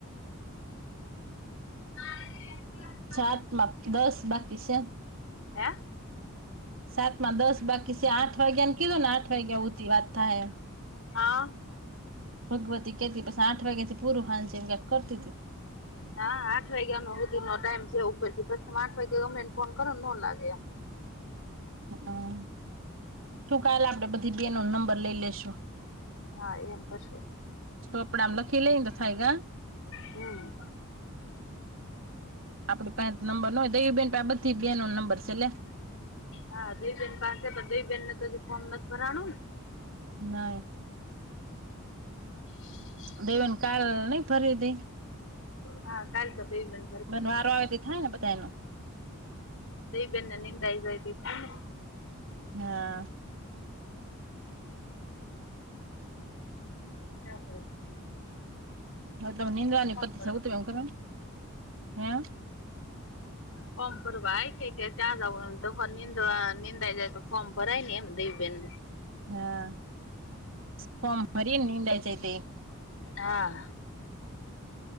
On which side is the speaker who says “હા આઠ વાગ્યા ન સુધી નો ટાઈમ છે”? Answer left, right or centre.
Left